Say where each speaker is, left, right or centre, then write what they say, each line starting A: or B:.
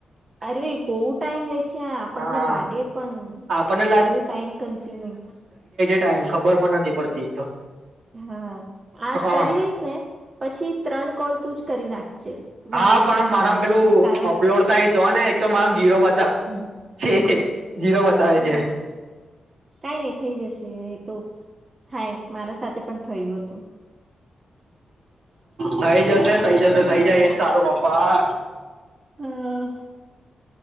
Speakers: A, on the right; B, on the right.
A: અરે ભહ ટાઈમ લે છે આપણને
B: હા
A: લાગે પણ
B: આપણને
A: બહુ ટાઈમ કન્ઝ્યુમિંગ
B: કાંઈ ખબર પણ નથી પડતી.
A: હા આ
B: હ હા
A: કરી દઈશ ને પછી ત્રણ કોલ તું જ કરી નાખજે મને
B: હા
A: આમ
B: પણ
A: કઈ
B: આ મારામાં
A: વાંધો
B: પેલું
A: નથી તારા
B: અપલોડ થાય તોને એક તો મારા જીરો બતાવ છે જીરો બતાવે
A: હા
B: છે
A: કઈ નઈ થઈ જશે. તે તો થાય મારા સાથે પણ થયું હતું. <inaudible>
B: થઈ જશે તઈ જશે
A: હા
B: તઈ જાય એજ સારું પપ્પા.
A: હા.